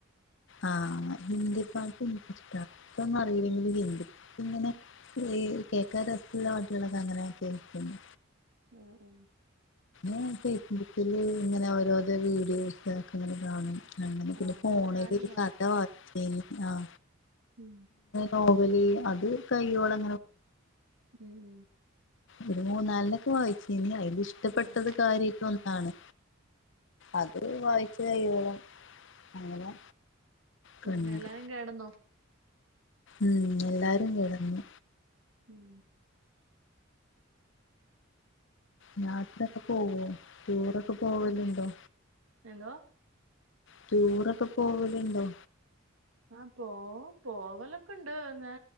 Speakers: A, on the left; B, on the right.
A: ആ ഹന്ദിപ്പാട്ട്
B: ഉം
A: തൊന്നറിയില്ലെങ്കിലും
B: ഉം
A: ഹിന്ദി ഇങ്ങനെ ഇത് കേക്കാൻ രസൊള്ള പാട്ടൊളൊക്കെ അങ്ങനെ കേക്കുന്നു
B: ഉം ഉം
A: ഉം ഫേസ്ബുക്കില് ഇങ്ങനെ ഓരോരോ വീഡിയോസ് ഒക്കെ ഇങ്ങനെ കാണും അങ്ങനെ പിന്നെ
B: ആഹ്
A: ഫോണിലൊരു
B: അത് ഞാനും കാണും
A: കഥ വായിച്ചീന്നു ആ
B: ഉം
A: നോവല് അത് കയ്യോളം
B: ഉം ഉം
A: ഒരു മൂന്നാലെനൊക്കെ വായിച്ചീനി അയിലിഷ്ടപ്പെട്ടത്
B: ഉം
A: കാര്യായിട്ട് ഒന്നാണ് അത് വായിച്ച്കയ്യോളും അങ്ങനെ
B: പിന്നെ
A: കണ്ട്
B: എല്ലാരും കെടന്നോ
A: ഉം എല്ലാരും കെടന്നു
B: ഉം
A: നേർത്തൊക്കെ പോവോ ടൂറൊക്കെ പോവല്ണ്ടോ
B: എന്തോ
A: ടൂറൊക്കെ പോവലുണ്ടോ
B: ആ പോ പോവലൊക്കെണ്ട് ന്നേ